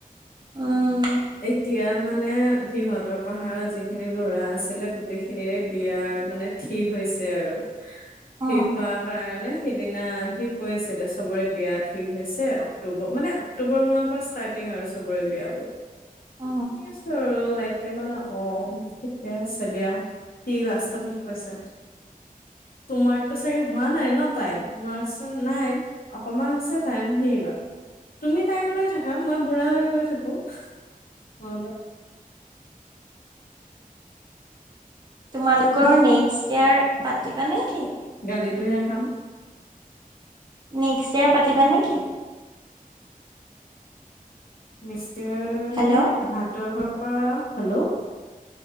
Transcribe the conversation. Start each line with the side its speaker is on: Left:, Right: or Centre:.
Right: উম,
Left: এতিয়া মানে সিহঁতৰ পাহাৰত যিখিনি লৰা আছিলে, গোটেই খিনিৰে বিয়াৰ মানে। ঠিক হৈছে আৰু
Right: অ
Left: ঠিক হোৱাৰ কাৰণে সিদিনা সি কৈ আছিলে চবৰে বিয়া ঠিক হৈছে, অক্টোবৰ মানে অক্টোবৰ মানৰ পৰা ষ্টাৰ্টিং আৰু চবৰে বিয়া লৈ।
Right: অ
Left: শুনি আছো আৰু নাইট মানে অ, ঠিকে আছে দিয়া। সি লাষ্টত মোক কৈছে? তোমাৰতো চাগে হোৱা নাই তাইম? মই কৈছোঁ নাই। অকমান আছে টাইম, সি কি কয় তুমি টাইম লৈ থাকা মই বুঢ়া হৈ গৈ থাকো। মোৰ অলপ,
Right: তোমালোকৰ নেক্সট ইয়াৰ পাতিবা নেকি?
Left: গালিতটোহে খাম।
Right: নেক্সট ইয়াৰ পাতিবা নেকি?
Left: নেক্সট ইয়াৰ
Right: হেল্ল'
Left: মান আহাতৰ ঘৰৰ পৰা হেল্ল',